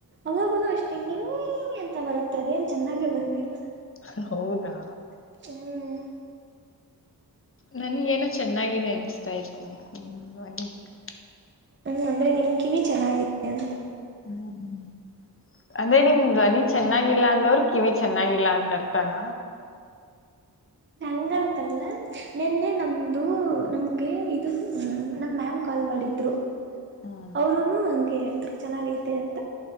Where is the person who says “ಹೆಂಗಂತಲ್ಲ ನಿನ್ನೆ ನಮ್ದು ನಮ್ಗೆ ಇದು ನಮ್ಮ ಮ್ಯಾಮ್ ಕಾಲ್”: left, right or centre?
Right